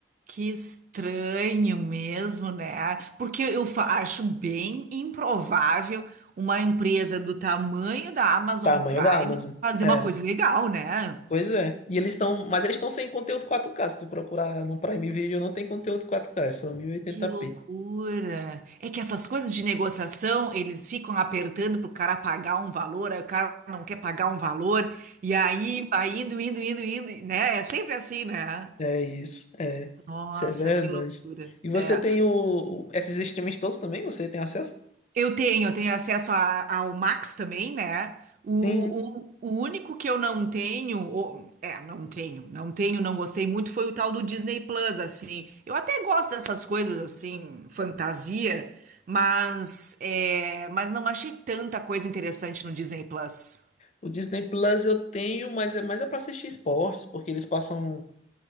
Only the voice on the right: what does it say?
Que estranho mesmo, né? Porque eu fa- acho bem improvável uma empresa do tamanho da Amazon
Prime
fazer
uma coisa legal, né?
Que loucura! É que essas coisas de negociação, eles ficam apertando pro cara pagar um valor, aí o cara não quer pagar um valor, e aí vai indo, indo, indo, indo, né? É sempre assim, né?
Nossa,
que loucura.
É.
Eu tenho, eu tenho acesso a- ao Max também, né? O,
o, o único que eu não tenho, ou- é, não tenho, não tenho, não gostei muito, foi o tal do Disney Plus, assim. Eu até gosto dessas coisas, assim, fantasia, mas, é, mas não achei tanta coisa interessante no Disney Plus.